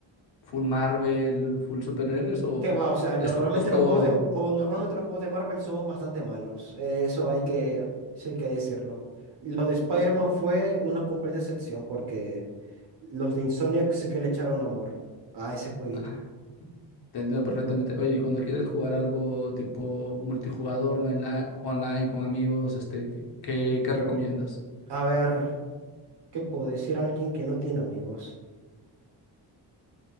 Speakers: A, on the left (about 55°); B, on the right (about 60°).
A: full Marvel, full superhéroes o
B: ¿Qué va? O sea,
A: es
B: normalmente
A: un gusto?
B: los juegos de, o normalmente los juegos de Marvel son bastante malos. Eh, eso hay que, sí hay que decirlo. Lo de Spider-Man
A: Mm.
B: fue una completa excepción porque los de Insomniac sí que le echaron amor a ese jueguito.
A: Ajá, Te entiendo perfectamente. Oye, y cuando quieres jugar algo tipo multijugador, ¿no? En la, online con amigos, este, ¿qué, qué- qué recomiendas?
B: A ver, ¿qué puedo decir a alguien que no tiene amigos?